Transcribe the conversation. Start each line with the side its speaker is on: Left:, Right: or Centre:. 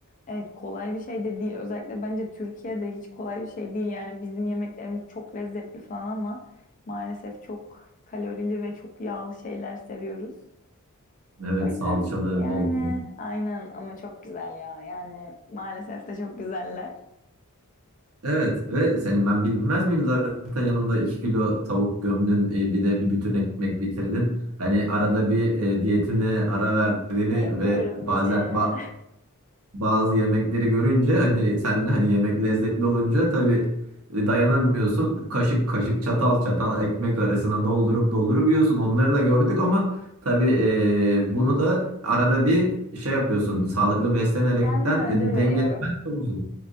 Left: Evet kolay bir şey de değil. Özellikle bence Türkiye'de hiç kolay bir şey değil. Yani bizim yemeklerimiz çok lezzetli falan ama maalesef çok kalorili ve çok yağlı şeyler seviyoruz.
Right: evet
Left: O yüzden
Right: salçalı
Left: yani
Right: olsun.
Left: aynen ama çok güzel ya. Yani maalesef de çok güzeller.
Right: Evet ve senin ben bilmez miyim zaten yanında 2 kilo tavuk gömdün, e, bir de bir bütün ekmek bitirdin. Hani arada bir e, diyetine ara verdiğini
Left: E, yapıyoruz
Right: ve bazen
Left: bir şeyler.
Right: ba- bazı yemekleri görünce hani sen de hani yemek lezzetli olunca tabii e, dayanamıyorsun. Kaşık kaşık çatal çatal ekmek arasına doldurup doldurup yiyorsun. Onları da gördük ama tabii e, bunu da arada bir şey yapıyorsun. Sağlıklı beslenerekten
Left: <laughs> Kendime
Right: e,
Left: ödül
Right: dengelemen
Left: veriyorum.
Right: çok zor.